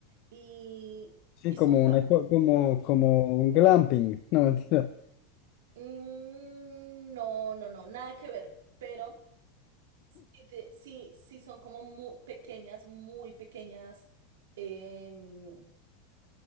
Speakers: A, on the right (about 80°); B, on the left (about 50°).
A: Y,
B: Sí,
A: y
B: como
A: son... ca-
B: una, co- como, como un glamping, no <laughs> mentira.
A: Mm, no, no, no, nada que ver. Pero sí, te- sí, sí son como muy pequeñas, muy pequeñas em,